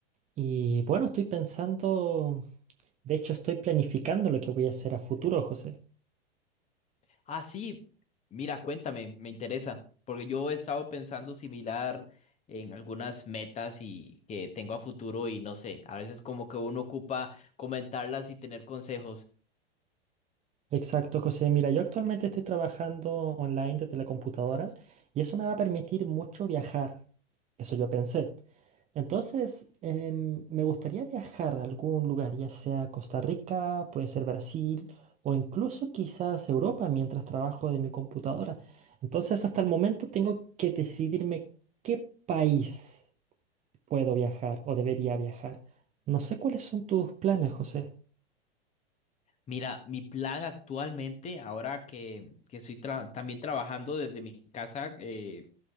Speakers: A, on the right; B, on the left.
A: Y bueno, estoy pensando, de hecho estoy planificando lo que voy a hacer a futuro, José.
B: Ah, sí, mira, cuéntame, me interesa, porque yo he estado pensando similar en algunas metas y que tengo a futuro y no sé, a veces como que uno ocupa comentarlas y tener consejos.
A: Exacto, José. Mira, yo actualmente estoy trabajando online desde la computadora y eso me va a permitir mucho viajar. Eso yo pensé. Entonces, em, me gustaría viajar a algún lugar, ya sea Costa Rica, puede ser Brasil o incluso quizás Europa mientras trabajo de mi computadora. Entonces, hasta el momento tengo que decidirme qué país puedo viajar o debería viajar. No sé cuáles son tus planes, José.
B: Mira, mi plan actualmente, ahora que, que estoy tra- también trabajando desde mi casa, eh,